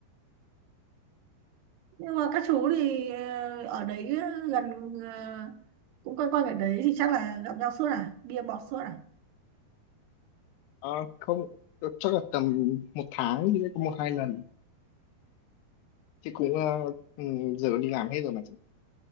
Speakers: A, on the right; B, on the left.
A: nhưng mà các chú thì ờ, ở đấy ờ, gần ờ, cũng quanh quanh ở đấy thì chắc là gặp nhau suốt à bia bọt suốt à
B: à, không ờ, chắc là tầm một tháng thì sẽ có một hai lần chứ cũng à, ừ, giờ đi làm hết rồi mà chị.